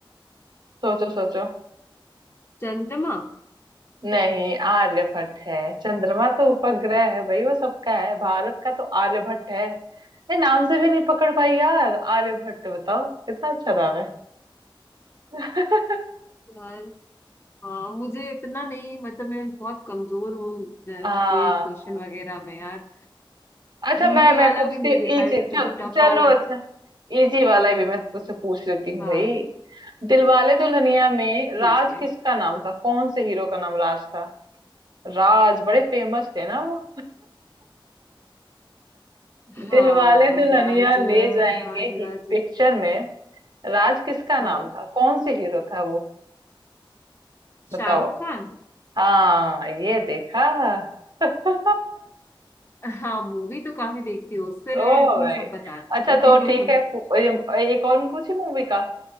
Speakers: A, on the right; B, on the left.
A: सोचो सोचो
B: चंद्रमा
A: नहीं आर्यभट्ट है चंद्रमा तो उपग्रह है भाई वो सबका है भारत का तो आर्यभट्ट है ये नाम से भी नहीं पकड़ पाई यार आर्यभट्ट बताओ कितना अच्छा नाम है <laughs>
B: यार हाँ मुझे इतना नहीं मतलब मैं बहुत कमजोर हूँ अ,
A: हाँ
B: ये क्वेश्चन
A: हाँ।
B: वगैरह में यार
A: अच्छा
B: इजी
A: मैं मैं
B: वाला
A: पूछती
B: भी नहीं
A: हूँ
B: दे पा
A: इजी
B: रही तो
A: चल,
B: फिर तो टफ
A: चलो
B: वाला
A: अच्छा
B: तो
A: इजी वाला ही भी मैं तुझसे पूछ लेती हूँ
B: हाँ
A: भाई दिलवाले दुल्हनिया में
B: ठीक
A: राज
B: है
A: किसका नाम था कौन से हीरो का नाम राज था राज बड़े फेमस थे ना वो
B: हाँ
A: दिलवाले दुल्हनिया
B: राज
A: ले
B: राज
A: जाएंगे ही
B: राज
A: पिक्चर में राज किसका नाम
B: हाँ
A: था कौन से हीरो था वो बताओ
B: शाहरुख खान
A: हाँ ये देखा <laughs>
B: हाँ मूवी तो काफी देखती हूँ उससे रिलेटेड
A: ओ
B: तो मैं
A: भाई
B: सब बताती
A: अच्छा तो ठीक है
B: <laughs>
A: पू- ये- एक और मैं पूछी मूवी का